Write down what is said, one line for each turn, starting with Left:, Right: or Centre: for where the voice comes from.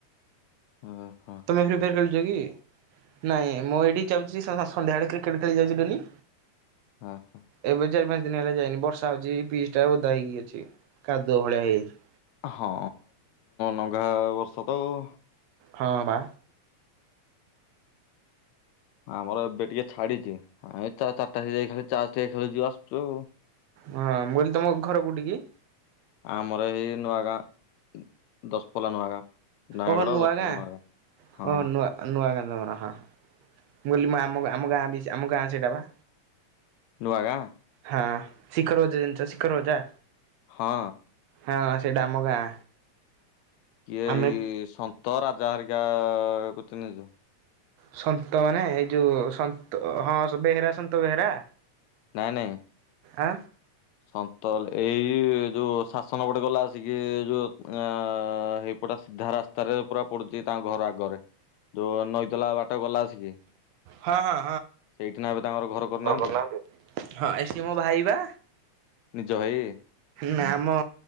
Left: ଅହ।
Right: ତମେ ଫ୍ରିଫାୟାର ଖେଳୁଛ କି ନାଇଁ ମୁଁ ଏଇଠି ଯାଉଛି ସନ୍ଧ୍ୟାବେଳେ କ୍ରିକେଟ ଖେଳି ଯାଉଛି ଡ଼େଲି।
Left: ହଁ।
Right: ଏବେ ଚାରି ପାଞ୍ଚ ଦିନ ହେଲା ଯାଇନି ବର୍ଷା ହଉଛି ପିଜ ଟା ଓଦା ହେଇକି ଅଛି କାଦୁଅ ଭଳିଆ ହେଇଯାଇଛି।
Left: ହଁ ନଘା ବର୍ଷା ତ ଆଉ
Right: ହଁ ବା।
Left: ଆମର ଏବେ ଟିକେ ଛାଡିଛି ଆମେ ଚାରିଟା ଯାଇ ତାସ୍ ଟିକେ ଖେଳୁଚୁ ଆସୁଚୁ।
Right: ହଁ ମୁଁ କହିଲି ତମ ଘର କୋଉଠି କି?
Left: ଆ ଆମର ଏଇ ନୂଆ ଗାଁ ଦଶପଲ୍ଲା ନୂଆ ଗାଁ। ନୟାଗଡ
Right: ଓହୋ ନୁଆ
Left: ଦଶପଲ୍ଲା
Right: ଗାଁ
Left: ନୂଆ ହଁ
Right: ଅହ ନୁଆ ନୂଆ ଗାଁ ତମର ହଁ ହଁ ମୁଁ କହିଲି ମୁଁ ଆମ ଆମ ଗାଁ ବି ଆମ ଗାଁ ସେଇଟା ବା।
Left: ନୁଆ ଗାଁ।
Right: ହଁ ଶିଖରଜେ ଜିନିଷ ଶିଖର ଅଜା।
Left: ହଁ
Right: ହଁ ସେଇଟା ଆମ ଗାଁ।
Left: ଏଇ
Right: ଆମେ
Left: ସନ୍ତ ରାଜା ହରିକା କୋଚିଂ ନେଇଚନ୍ତି
Right: ସନ୍ତ ମାନେ ଏଇ ଯୋଉ ସନ୍ତ ହଁ ବେହେରା ସନ୍ତ ବେହେରା।
Left: ନାଇଁ ନାଇଁ
Right: ଆ
Left: ସନ୍ତଲ ଏଇ ଯୋଉ ଶାସନ ଗୋଟେ ଗଲା ଆସିକି ଯୋଉ ଆ ହେଇ ଟା ସିଧା ରାସ୍ତାରେ ପୁରା ପଡୁଛି ତାଙ୍କ ଘର ଆଗରେ। ଯୋଉ ନଇତଲା ବାଟ ଗଲା ଆସିକି ସେଇଠି
Right: ହଁ ହଁ
Left: ନା ଏବେ ତାଙ୍କର ଘର
Right: ହଁ।
Left: କରିନାହାନ୍ତି।
Right: ହଁ ଏ ସିଏ ମୋ ଭାଇ ବା।
Left: ନିଜ ଭାଇ?
Right: ନା ଆମ